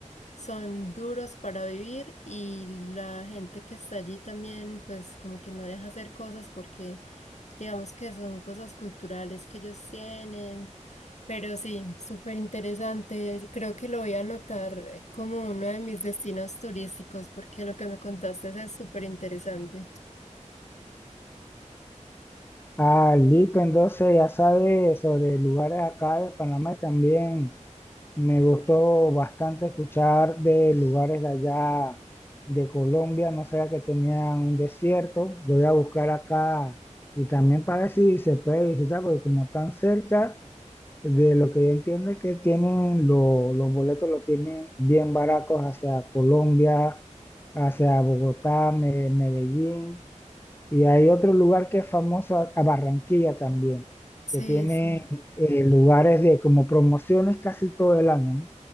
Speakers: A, on the left; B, on the left.
A: son duros para vivir y la gente que está allí también, pues como que no deja hacer cosas porque digamos que son cosas culturales que ellos tienen. Pero sí, súper interesante. Creo que lo voy a anotar eh, como uno de mis destinos turísticos porque lo que me contaste es súper interesante.
B: Ah, listo, entonces ya sabes sobre lugares acá de Panamá también. Me gustó bastante escuchar de lugares de allá de Colombia, no sabía que tenían un desierto. Lo voy a buscar acá y también para ver si se puede visitar, porque como están cerca, De lo que yo entiendo es que tienen lo- los boletos los tienen bien baratos hacia Colombia, hacia Bogotá, Me- Medellín, y hay otro lugar que es famoso, a a Barranquilla también,
A: Sí,
B: que tiene
A: sí.
B: eh, lugares de como promociones casi todo el año, ¿no?